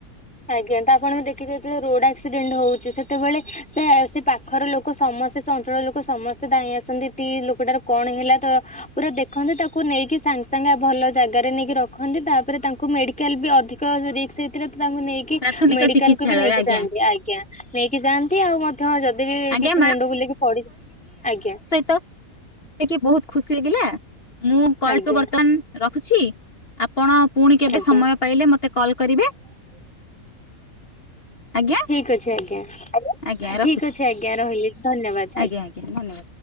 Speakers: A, in the centre; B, on the left (about 45°).
A: ଆଜ୍ଞା ତ ଆପଣ ଦେଖିଥିବେ ଯେତେବେଳେ ରୋଡ ଆକ୍ସିଡେଣ୍ଟ ହଉଛି ସେତେବେଳେ ସେ ସେ ପାଖର ଲୋକ ସମସ୍ତେ ଚଞ୍ଚଳ ଲୋକ ସମସ୍ତେ ଦାଇଁ ଆସନ୍ତି ତି ଲୋକଟାର କଣ ହେଲା ତ ପୁରା ଦେଖନ୍ତି ତାକୁ ନେଇକି ସାଙ୍ଗ ସାଙ୍ଗେ ଭଲ ଜାଗାରେ ନେଇକି ରଖନ୍ତି ତାପରେ ତାଙ୍କୁ ମେଡ଼ି କାଲ ବି ଅଧିକ ରିକ୍ସ ହେଇଥିଲେ ତ ତାଙ୍କୁ ନେଇକି
B: ପ୍ରାଥମିକ
A: ମେଡିକାଲକୁ
B: ଚିକିତ୍ସାଳୟରେ
A: ବି ନେଇକି
B: ଆଜ୍ଞା
A: ଯାଆନ୍ତି ଆଜ୍ଞା। ନେଇକି ଯାଆନ୍ତି ଆଉ ମଧ୍ୟ ଯଦି ବି
B: ଆଜ୍ଞା
A: କିଛି ମୁଣ୍ଡ ବୁଲେଇକି ପଡ଼ି ଆଜ୍ଞା।
B: ତ ହେଇକି ବହୁତ୍ ଖୁସି ଲାଗିଲା ମୁଁ କଲକୁ
A: ଆଜ୍ଞା
B: ବର୍ତ୍ତମାନ ରଖୁଛି ଆ ପଣ ପୁଣି କେବେ
A: ଆଜ୍ଞା
B: ସମୟ ପାଇଲେ ମତେ କଲ କରିବେ। ଆଜ୍ଞା
A: ଠିକ୍ ଅଛି ଆଜ୍ଞା
B: ଆଜ୍ଞା ରଖୁଛି
A: ଠିକ୍ ଅଛି ଆଜ୍ଞା ରହିଲି ଧନ୍ୟବାଦ।
B: ଆଜ୍ଞା ଆଜ୍ଞା ଧନ୍ୟବାଦ।